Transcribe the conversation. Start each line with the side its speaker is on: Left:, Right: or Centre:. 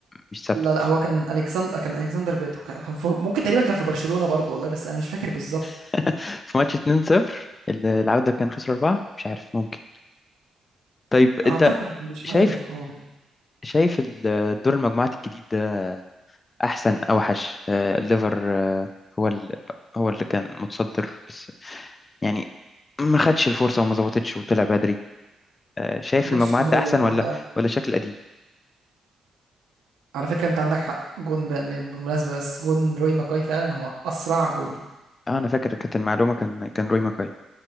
Left: مش ثابته
Right: لا لا هو كان الكسندر كان الكسندر بيتو كان كان في... ممكن تقريبا كان في برشلونة برضو والله بس انا مش فاكر بالظبط
Left: <laughs> في ماتش 2-0 ال- العودة كان خسروا أربعة مش عارف ممكن طيب
Right: اعتقد
Left: أنت
Right: مش
Left: شايف
Right: عارف اه
Left: شايف ال- دور المجموعات الجديد ده أحسن أوحش آه، الليفر آه، هو ال- هو اللي كان متصدر بس يعني ما خدش الفرصة وما ظبطتش وطلع بدري آه، شايف
Right: بص
Left: المجموعات
Right: هو
Left: ده أحسن ولا ولا شكل القديم؟
Right: على فكرة انت عندك حق جون بن- بالمناسبة بس جون روي ماكاي فعلا هو اسرع جون
Left: أه أنا فاكر كانت المعلومة كان كان روي ماكاي